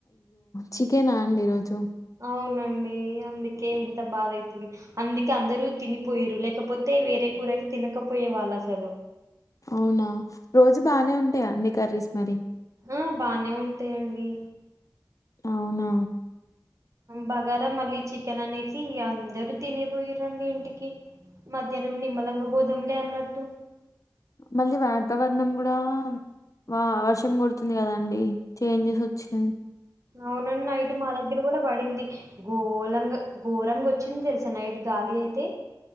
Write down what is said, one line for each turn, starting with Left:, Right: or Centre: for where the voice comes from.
Left: చికెన్ అండి ఈరోజు
Right: అవునండి అందుకే ఇంత బాధ అవుతుంది అందుకే అందరూ తినిపోయరు లేకపోతే వేరే కూర అయితే తినకపోయే వాళ్ళు అసలు
Left: అవునా రోజు బానే ఉంటాయా అండి కర్రీస్ మరి
Right: ఆ బానే ఉంటాయంండి
Left: అవునా
Right: బగారా మళ్ళీ చికెన్ అనేసి అందరుూ తినేపోయిారంండి ఇంటికి మధ్యాహ్నం నిమ్మలంగా పోదాంలే అన్నట్టు
Left: మళ్ళీ వాతావరణం కూడా వా వర్షం కొడుతుంది కదాండి చేంజెస్ వచ్చిాయి
Right: అవునండి నైట్ మా దగ్గర కూడా పడింది గోరంగ గోరంగ వచ్చింది తెలుసా నైట్ గాలి అయితే